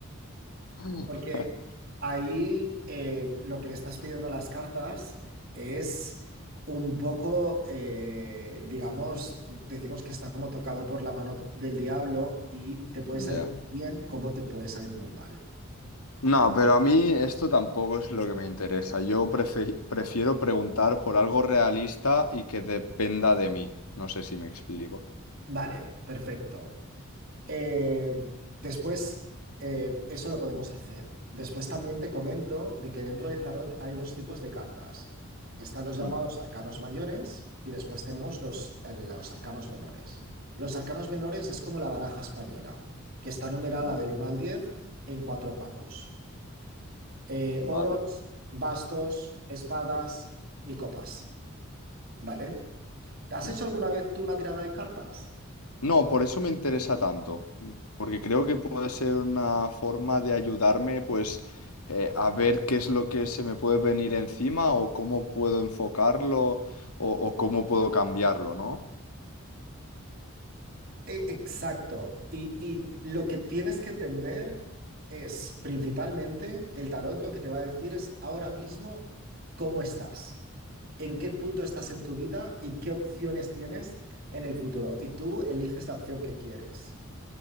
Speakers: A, on the left; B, on the right.
A: <laughs>
B: Porque ahí eh, lo que le estás pidiendo a las cartas es un poco, eh, digamos, decimos que está como tocado por la mano del diablo y te puede
A: Ya.
B: salir bien como te puede salir muy mal.
A: No, pero a mí esto tampoco es lo que me interesa. Yo prefe- prefiero preguntar por algo realista y que dependa de mí. No sé si me explico.
B: Vale, perfecto. Eh, después, eh, eso lo podemos hacer. Después también te comento de que dentro del tarot hay dos tipos de cartas. Están los llamados
A: Mm.
B: arcanos mayores y después tenemos los, eh, los arcanos menores. Los arcanos menores es como la baraja española, que está numerada
A: Mm.
B: del uno al 10 en cuatro palos. Eh,
A: Vale.
B: oros, bastos, espadas y copas. ¿Vale? ¿Has
A: mm.
B: hecho alguna vez tú una tirada de cartas?
A: No, por eso me interesa tanto, porque creo que puede ser una forma de ayudarme, pues, eh, a ver qué es lo que se me puede venir encima o cómo puedo enfocarlo o, o cómo puedo cambiarlo, ¿no?
B: E- Exacto. Y, y lo que tienes que entender es principalmente el tarot lo que te va a decir es ahora mismo cómo estás, en qué punto estás en tu vida y qué opciones tienes en el futuro. Y tú eliges la opción que quieres.